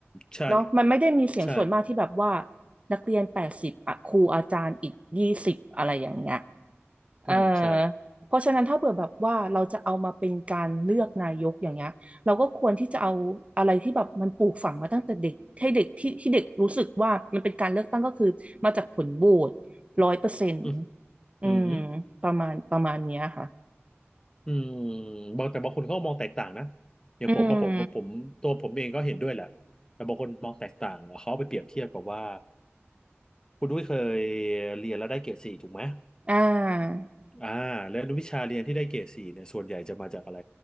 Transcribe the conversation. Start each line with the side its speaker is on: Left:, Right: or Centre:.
Left: ใช่
Right: เนาะมันไม่ได้มีเสียงส่วนมากที่แบบว่า
Left: ใช่
Right: นักเรียนแปดสิบอะครูอาจารย์อีกยี่สิบอะไรอย่างเงี้ย
Left: อืมใช่
Right: เออเพราะฉะนั้นถ้าเผื่อแบบว่าเราจะเอามาเป็นการเลือกนายกอย่างเงี้ยเราก็ควรที่จะเอาอะไรที่แบบมันปลูกฝังมาตั้งแต่เด็กให้เด็กที่ที่เด็กรู้สึกว่ามันเป็นการเลือกตั้งก็คือมาจากผลโหวตร้อยเปอร์เซ็นต์
Left: อืม
Right: อืม
Left: อืม
Right: ประมาณประมาณเนี้ยค่ะ
Left: อืมบางแต่บางคนเขาก็มองแตกต่างนะอย่างผมมาผมผมตัวผมเองก็เห็นด้วยแหละแต่บางคนมองแตกต่างเขาเอาไปเปรียบเทียบกับว่า
Right: อืม
Left: คุณด้วยเคยเรียนแล้วได้เกรดสี่ถูกไหม
Right: อ่า
Left: อ่าแล้ววิชาเรียนที่ได้เกรดสี่เนี่ยส่วนใหญ่จะมาจากอะไร